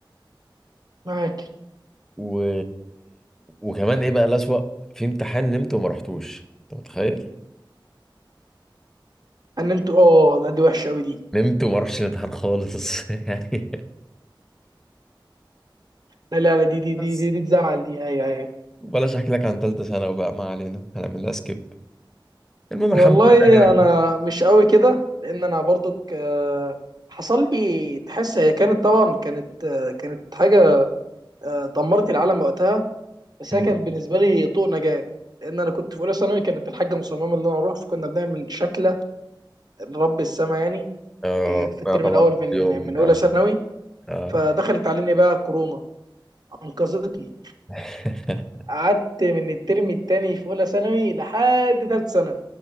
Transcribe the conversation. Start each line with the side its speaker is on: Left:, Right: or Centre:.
Right: معاك
Centre: و... وكمان ايه بقى الأسوأ في امتحان نمت وما رحتوش انت متخيل
Right: ان انتوا اه لا دي وحشه قوي دي
Centre: نمت وما رحتش الامتحان خالص <laughs> يعني
Right: لا لا لا، دي دي دي
Centre: بس
Right: دي, دي تزعل دي ايوه ايوه
Centre: بلاش احكي لك عن ثالثه ثانوي بقى ما علينا هنعمل لها سكيب المهم
Right: والله
Centre: الحمد لله يعني
Right: انا مش قوي كده لان انا برضو حصل لي تحس هي كانت طبعا كانت آه، كانت حاجه آه، دمرت العالم وقتها بس
Centre: مم.
Right: هي كانت بالنسبه لي طوق نجاه لان انا كنت في اولى ثانوي كانت الحاجه مصممه ان انا اروح فكنا بنعمل شكله لرب السما يعني
Centre: اه
Right: ك- في الترم
Centre: آه طبعا
Right: الاول من
Centre: كل يوم
Right: من اولى
Centre: يعني
Right: ثانوي
Centre: اه
Right: فدخلت علينا بقى كورونا انقذتني
Centre: <laughs>
Right: قعدت من الترم التاني في اولى ثانوي لحد تالت ثانوي